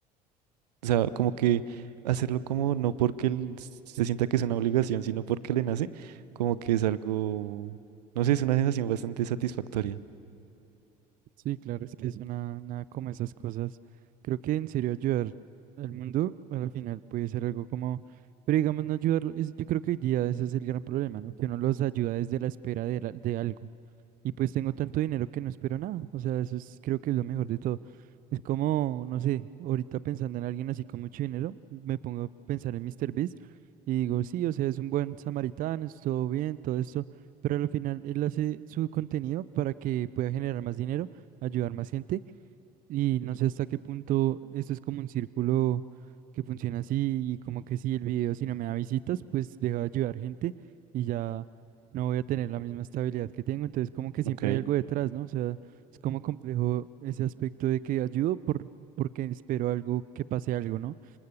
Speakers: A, on the right; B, on the right.
A: O sea, como que hacerlo como no porque él se sienta que es una obligación, sino porque le nace, como que es algo, no sé, es una sensación bastante satisfactoria.
B: Sí, claro, es que es una, nada como esas cosas. Creo que en serio ayudar al mundo pues, al final puede ser algo como, pero digamos no ayudarlo, es- yo creo que hoy día ese es el gran problema, ¿no? Que uno los ayuda desde la espera de, la- de algo. Y pues tengo tanto dinero que no espero nada. O sea, eso es, creo que es lo mejor de todo. Es como, no sé, ahorita pensando en alguien así con mucho dinero, me pongo a pensar en Mr. Beast y digo, sí, o sea, es un buen samaritano, es todo bien, todo esto, pero al final él hace su contenido para que pueda generar más dinero ayudar más gente y no sé hasta qué punto esto es como un círculo que funciona así y como que si el video si no me da visitas, pues deja de ayudar gente y ya no voy a tener la misma estabilidad que tengo, entonces como que siempre
A: Ok,
B: hay algo detrás, ¿no? O sea, es como complejo ese aspecto de que ayudo por porque espero algo que pase algo, ¿no?